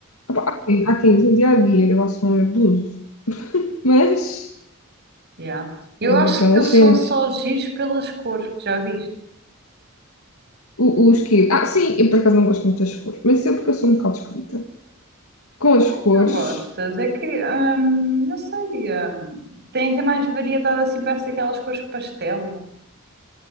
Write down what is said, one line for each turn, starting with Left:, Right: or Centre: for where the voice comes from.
Left: Opa, Há quem no dia a dia eu relação a abusos, mas
Right: Yeah. Eu
Left: é
Right: acho
Left: daquelas
Right: que eles são
Left: cenas.
Right: só giros pelas cores, que já viste?
Left: O- os que. Ah, sim, eu por acaso não gosto muito das cores, mas isso é porque eu sou um bocado esquisita. Com as
Right: Como
Left: cores,
Right: é que não gostas? É que, hum, não sei, hum, tem, tem mais variedade assim, parece aquelas cores pastel.